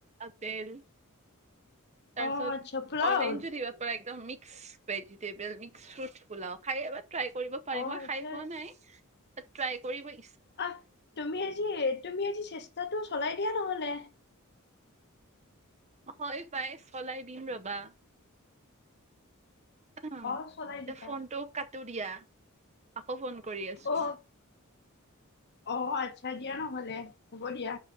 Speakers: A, on the right; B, on the left.
A: বেল। তাৰপছত
B: অ আচ্ছা পোলাও
A: অৰেঞ্জো দিব পাৰা, একদম mix. Vegetable mix fruit pulao খাইবাৰ। ট্ৰাই কৰিব পাৰিম,
B: অ
A: মই
B: আচ্ছা
A: খাই পোৱা নাই। ট্ৰাই কৰিবি।
B: আহ তুমি আজি, তুমি আজি চেষ্টাটো চলাই। দিয়া নহ'লে।
A: হয় পাই, চলাই দিম ৰবা। উম,
B: অ চলাই দিবা
A: ফোনটোও কাটো দিয়া। আকৌ ফোন কৰি আছো
B: অ অ আ' দিয়া নহলে হ'ব দিয়া।